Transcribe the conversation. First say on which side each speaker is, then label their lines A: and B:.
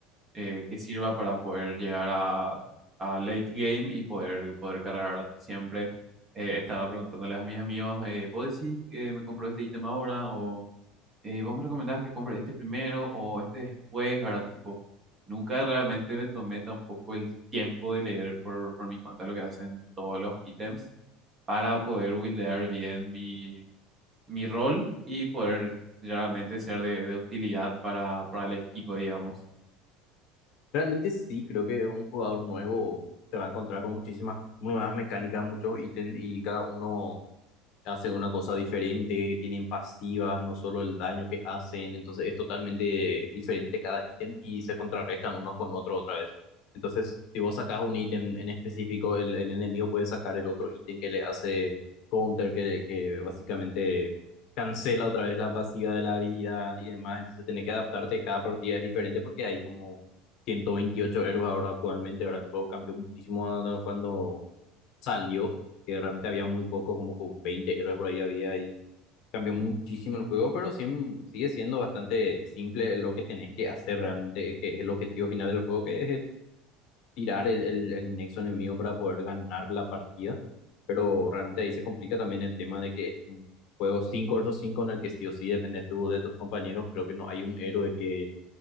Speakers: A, on the right; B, on the left.
A: eh, que sirva para poder llegar a, a late game y poder, poder cargar ¿verdad? siempre. eh, estaba preguntándoles a mis amigos, eh, ¿vos decís que me compro este ítem ahora? eh, vos me recomendabas que compre este primero o este después, ¿verdad? Tipo, nunca realmente me tomé tampoco el tiempo de leer por, por mi cuenta lo que hacen todos los ítems para poder buildear bien mi, mi rol y poder realmente ser de, de utilidad para, para el equipo, digamos.
B: Realmente sí, creo que un jugador nuevo se va a encontrar con muchísimas nuevas mecánicas, muchos ítems y cada uno hace una cosa diferente, tienen pasivas, no solo el daño que hacen, entonces es totalmente diferente cada ítem y se contrarrestan unos con otros otra vez. Entonces, si vos sacás un ítem en específico, el, el enemigo puede sacar el otro ítem que le hace counter, que, que básicamente cancela otra vez la pasiva de la habilidad y demás, entonces tenés que adaptarte, cada partida es diferente porque hay como 128 héroes ahora actualmente, ahora el juego cambió muchísimo a- cuando salió, que realmente había muy poco, como que 20 héroes por ahí había y cambió muchísimo el juego, pero siem- sigue siendo bastante simple lo que tenés que hacer realmente, es que es el objetivo final del juego, que es eh, tirar el, el, el nexo enemigo para poder ganar la partida, pero realmente ahí se complica también el tema de que es un juego 5 versus 5 en el que sí o sí dependes tú de tus compañeros, creo que no hay un héroe que